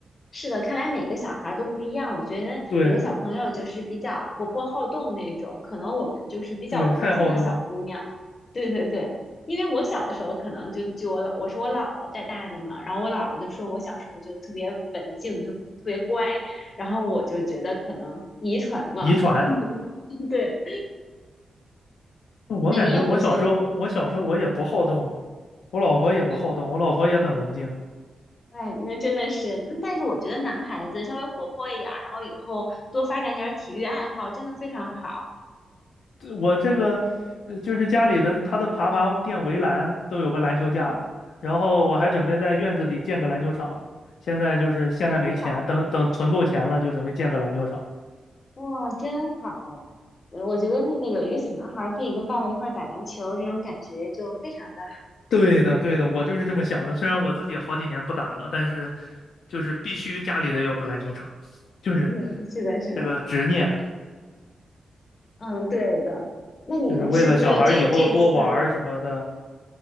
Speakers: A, on the left; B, on the left.
A: 是的，看来每个小孩儿都不一样。我觉得你的小朋友就是比较活泼好动那种，
B: <laughs> 对
A: 可能我们就是比较文静的小姑娘。
B: 对，太好动了，
A: 对对对，因为我小的时候可能就就我姥，我是我姥姥带大的嘛，然后我姥姥就说我小时候就特别文静，就特别乖，然后我就觉得可能遗传了。
B: 遗传。
A: <laughs> 对，
B: 我感觉我小时候，
A: 那你也回去，
B: 我小时候我也不好动啊，我老婆也不好动，
A: 嗯。
B: 我老婆也很文静。
A: 哎，那真的是，嗯但是我觉得男孩子稍微活泼一点儿，然后以后多发展点儿体育爱好，真的非常好。
B: 我这个呃，就是家里的他的爬爬垫围栏都有个篮球架，
A: 嗯，
B: 然后我还准备在院子里建个篮球场。现在就是现在没钱，
A: 非常好。
B: 等等存够钱了就准备建个篮球场。
A: 哇，真好！呃我觉得那个有一个小男孩儿可以跟爸爸一块儿打篮球，这种感觉就非常的好。
B: 对的，对的，我就是这么想的。虽然我自己好几年不打了，但是就是必须家里得有个篮球场，就是
A: 嗯，是的，是的，
B: 这个执念，
A: 嗯，对的。那你们是不是这这一次？
B: 就是为了小孩儿以后多玩儿什么的。